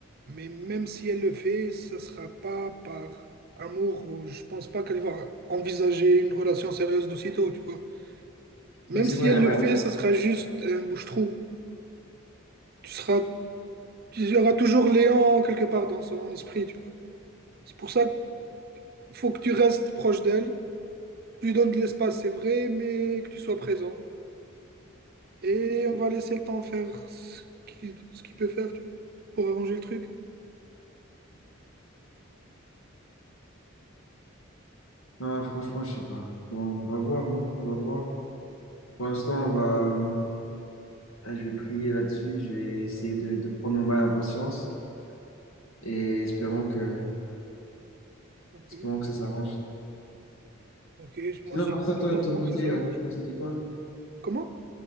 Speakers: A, on the right; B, on the left.
A: Mais même si elle le fait, ça sera pas par amour ou je pense pas qu'elle va envisager une relation sérieuse d'aussitôt, tu vois. Même
B: Oui, c'est
A: si
B: vrai.
A: elle
B: ma-
A: le fait, ça sera juste un bouche-trou. Tu seras, tu y aura toujours Léon quelque part dans son esprit, tu vois. C'est pour ça qu'il faut que tu restes proche d'elle. Tu lui donnes de l'espace, c'est vrai, mais que tu sois présent. Et on va laisser le temps faire ce qu'il ce qu'il peut faire, tu vois, pour arranger le truc.
B: Non, franchement, je sais pas. Bon, on va voir, hein, on va voir. Pour l'instant, on va. Ah, je vais prier là-dessus, je vais essayer de, de prendre mon mal en patience et espérons que,
A: Ok.
B: espérons que ça s'arrange.
A: Ok, je-
B: Sinon,
A: moi aussi,
B: par
A: j'espère
B: ça, toi,
A: fortement
B: de ton côté,
A: que ça s'arrange.
B: euh, on s'est dit quoi?
A: Comment?